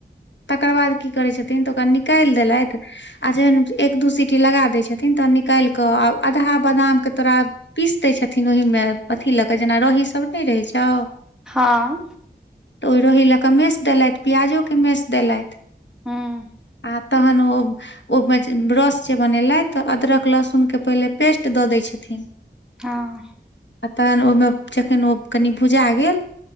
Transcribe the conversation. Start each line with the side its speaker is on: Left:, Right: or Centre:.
Left: तकर बाद की करै छथिन त ओकरा निकायल देलैथ आ जेहन। एक दू सीटी लगा दै छथिन तहन निकायल क आ आधाह बादामके तोरा। पीस दैत छथिन ओहीमे अथि ल क जेना रहीसभ नहि रहै छौ।
Centre: हं।
Left: त ओहि रही ल क मेस देलैथ प्याजोके मेस देलैथ।
Centre: हूं।
Left: आ तहन ओ ओ। ब्रस जे बनेलैथ त अदरक लहसुन के पहिले पेस्ट द दै छथिन।
Centre: हं।
Left: आ तहन ओहिमे जखन ओ कनि भुजा गेल